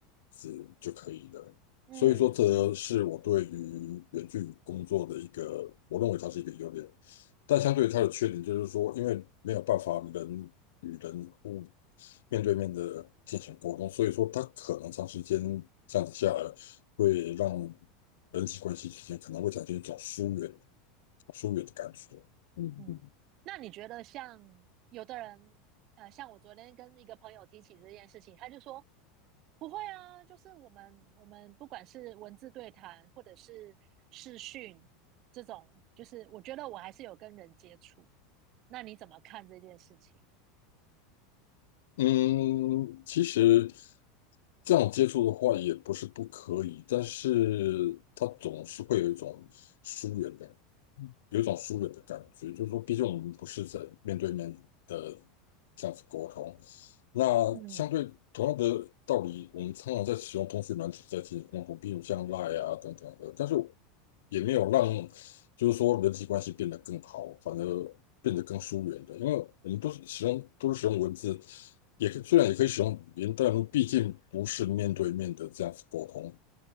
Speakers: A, on the left; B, on the right.
A: 是就可以了。
B: 嗯嗯。
A: 所以说，这是我对于远距工作的一个，我认为它是一个优点，但相对于它的缺点就是说，因为没有办法人与人互面对面的进行沟通，所以说它可能长时间这样子下来，会让人际关系之间可能会产生一种疏远、疏远的感觉。嗯嗯。
B: 嗯，那你觉得像有的人，呃，像我昨天跟一个朋友提起这件事情，他就说不会啊，就是我们我们不管是文字对谈或者是视讯这种，就是我觉得我还是有跟人接触。那你怎么看这件事情？
A: 嗯，其实这样接触的话也不是不可以，但是它总是会有一种疏远感。有一种疏远的感觉，就是说，毕竟我们不是在面对面的这样子沟通。那相对同样的道理，
B: 嗯，
A: 我们常常在使用通讯软体在进行沟通，比如像 Line 啊等等的，但是也没有让就是说人际关系变得更好，反而变得更疏远的，因为我们都是使用都是使用文字，也可以虽然也可以使用语音，但毕竟不是面对面的这样子沟通，